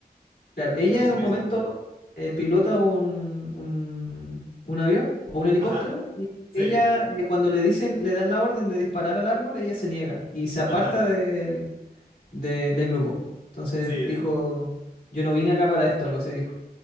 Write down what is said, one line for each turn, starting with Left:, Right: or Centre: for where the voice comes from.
Left: Claro, ella
Right: pero se
Left: en un
Right: me
Left: momento
Right: hizo muy...
Left: eh, pilota un, un, un avión o un helicóptero
Right: Ajá,
Left: y
Right: sí,
Left: ella eh, cuando le dicen, le dan la orden de disparar al árbol, ella se niega y se aparta
Right: ajá,
Left: del, de- del grupo. Entonces
Right: sí,
Left: dijo, yo no vine acá para esto, algo así dijo.